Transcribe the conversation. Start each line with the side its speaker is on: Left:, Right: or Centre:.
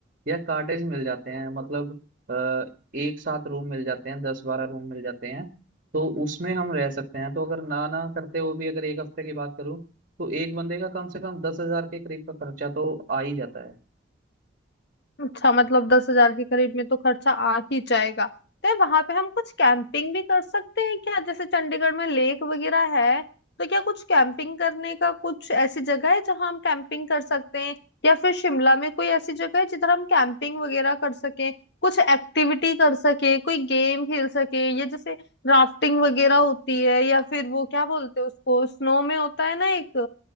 Right: या कॉटेज मिल जाते हैं मतलब अ, एक साथ रूम मिल जाते हैं दस बारह रूम मिल जाते हैं तो उसमें हम रह सकते हैं तो अगर ना ना करते हुए भी अगर एक हफ्ते की बात करूं तो एक बंदे का कम से कम दस हजार के करीब का खर्चा तो आ ही जाता है
Left: अच्छा मतलब दस हजार के करीब में तो खर्चा आ ही जाएगा तो वहां पे हम कुछ कैंपिंग भी कर सकते हैं क्या जैसे चंडीगढ़ में लेक वगैरह है तो क्या कुछ कैंपिंग करने का कुछ ऐसी जगह है जहां हम कैंपिंग कर सकते हैं या फिर शिमला में कोई ऐसी जगह है जिधर हम कैंपिंग वगैरह कर सकें कुछ एक्टिविटी कर सके कोई गेम खेल सके ये जैसे राफ्टिंग वगैरह होती है या फिर वो क्या बोलते हैं उसको स्नो में होता है ना एक